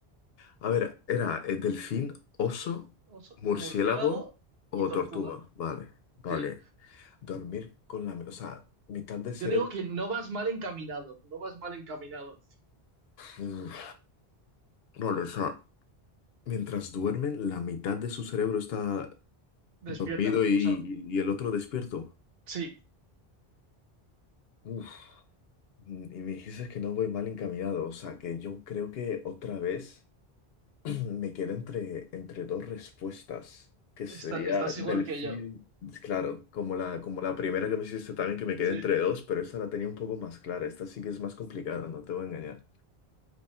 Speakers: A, on the left; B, on the right.
A: A ver, era eh, delfín, oso,
B: Oso,
A: murciélago
B: murciélago
A: o
B: y tortuga.
A: tortuga. Vale, vale.
B: Sí.
A: Dormir con la... mi- O sea, mitad de cerebro.
B: Yo digo que no vas mal encaminado, no vas mal encaminado.
A: Uf, vale, o sea, Mientras duermen, la mitad de su cerebro está
B: Despierta,
A: dormido y,
B: o sea,
A: y el otro despierto.
B: sí,
A: Uf, mm, y me dijiste que no voy mal encaminado, o sea que yo creo que otra vez <clears throat> me quedo entre, entre dos respuestas, que sería
B: está- estás
A: delfín,
B: igual que yo.
A: claro, como la, como la primera que me hiciste también que me quedé
B: Sí.
A: entre dos, pero esa la tenía un poco más clara, esta sí que es más complicada, no te voy a engañar.